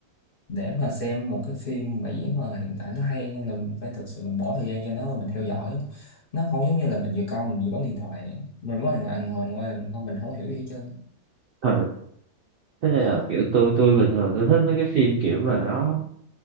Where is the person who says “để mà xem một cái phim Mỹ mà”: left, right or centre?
Left